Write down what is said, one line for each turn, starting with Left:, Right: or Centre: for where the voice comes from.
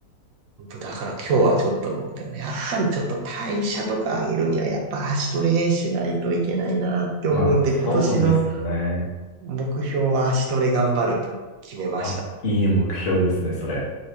Right: だから今日はちょっと、でもやっぱりちょっと代謝とか上げるにはやっぱ足トレしないといけないなって思うんで、
Left: まあ、
Right: 今年の
Left: そうですよね。
Right: 目標は足トレ頑張ると決めました。
Left: あ、いい目標ですね、それ。